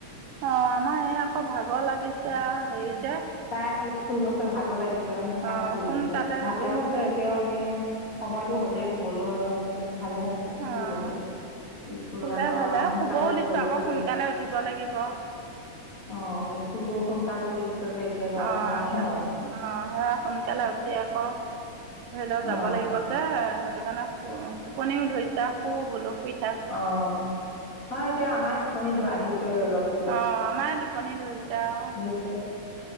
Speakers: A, on the right; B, on the left.
A: অ', আমাৰ এই আক ভাগৰ লাগিছে আও হেৰি যে।
B: তাই আকৌ স্কুল গৈছে ভাগৰ লাগিছে, সেইকাৰণে
A: অ',
B: শুই
A: সোনকালে
B: ভালে
A: গৈছে
B: হৈছে এতিয়াও
A: স্কুল
B: এনে। সময়টো হ'লে শুবলৈ, ভালে। শুই
A: অ'।
B: গৈছে, স্কুলত
A: শুলে
B: আকৌ
A: ভালে
B: সোনকালে
A: শুবও
B: উঠিব
A: দিছো
B: লাগিব।
A: আকৌ সোনকালে উঠিব লাগিব।
B: অ', স্কুলতো সোনকাল কৰি দিছে যে এতিয়া গৰমৰ
A: অ',
B: কাৰণে
A: হলে
B: হয়।
A: অ', সে সোনকালে উঠি আকৌ ধৰি লওঁ
B: অ
A: যাব লাগিব। দে সেইটো কাৰণে টোপনিও ধৰিছে, শু বোলো। শুই থাক।
B: অ', হয় এতিয়া আমাৰে টোপনি আহিছে অলপ।
A: অ', আমাৰে টোপনি ধৰিছে আও।
B: পিছে।